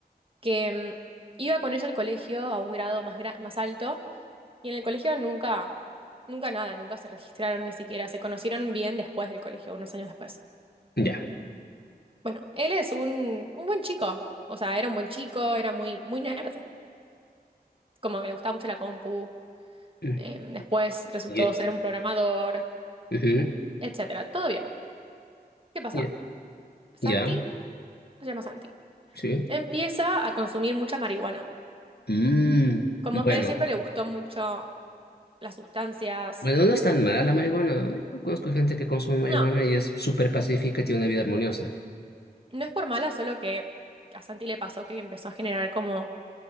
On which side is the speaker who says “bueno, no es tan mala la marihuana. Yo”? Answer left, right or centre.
Left